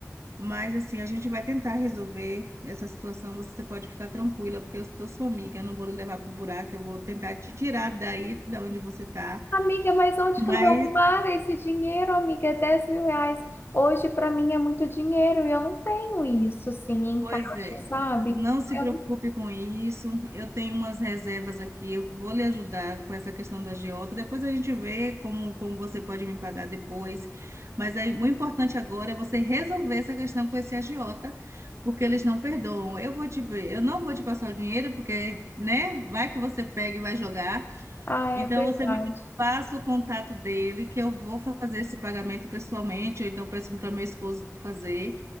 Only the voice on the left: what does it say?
amiga, mas onde
que eu vou arrumar esse dinheiro, amiga? É 10 mil reais. Hoje, para mim, é muito dinheiro e eu não tenho isso, assim, em
caixa,
sabe?
Eu...
Ah, é
verdade.